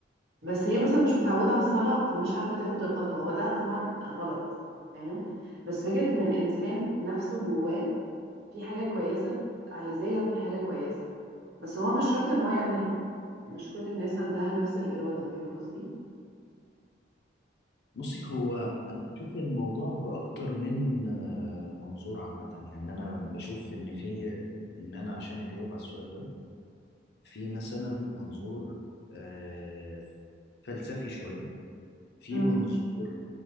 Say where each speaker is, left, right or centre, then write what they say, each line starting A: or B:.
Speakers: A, on the right; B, on the left.
A: بس هي مثلا مش متعودة على الصلاة فمش عارفة تاخد الخطوة هو ده طبعا غلط فاهم بس فكرة ان الانسان نفسه جواه في حاجة كويسة بت- عايزاه يعمل حاجة كويسة بس هو مش شرط ان هو يعملها مش كل الناس عندها نفس الإرادة فاهم قصدي
B: بصي هو انا بشوف الموضوع باكتر من آه، منظور عامه يعني انا بشوف ان في ان انا عشان اجاوب على السؤال ده في مثلا منظور آه، فلسفي شويه في
A: مم.
B: منظور